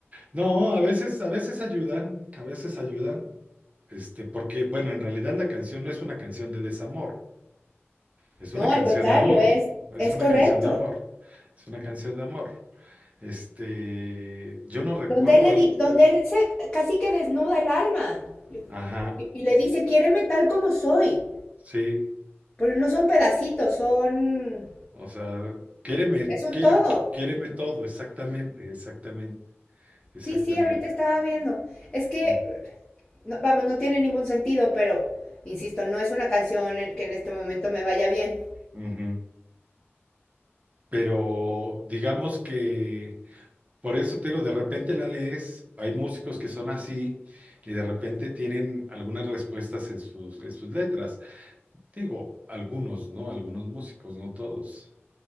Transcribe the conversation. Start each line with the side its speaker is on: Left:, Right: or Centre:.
Right: No, a veces, a veces ayudan, a veces ayudan, este, porque, bueno, en realidad la canción no es una canción de desamor, es una
Left: No,
Right: canción
Left: al contrario,
Right: de amor,
Left: es,
Right: es
Left: es
Right: una
Left: correcto.
Right: canción de amor, es una canción de amor. Este, yo no recuerdo
Left: Donde él le
Right: al,
Left: di- donde él se casi que desnuda el alma
Right: ajá,
Left: y, y le dice, quiéreme tal como soy.
Right: sí,
Left: Porque no son pedacitos, son,
Right: o sea, quiéreme,
Left: es un
Right: quiere,
Left: todo.
Right: qui- quiéreme todo, exactamente, exactamente, exactamente,
Left: Sí, sí, ahorita estaba viendo. Es que
Right: sí.
Left: No, vamos, no tiene ningún sentido, pero, insisto, no es una canción que en este momento me vaya bien.
Right: ujú. Pero digamos que Por eso te digo, de repente la lees, hay músicos que son así y de repente tienen algunas respuestas en sus, en sus letras. Digo, algunos, ¿no? Algunos músicos, no todos.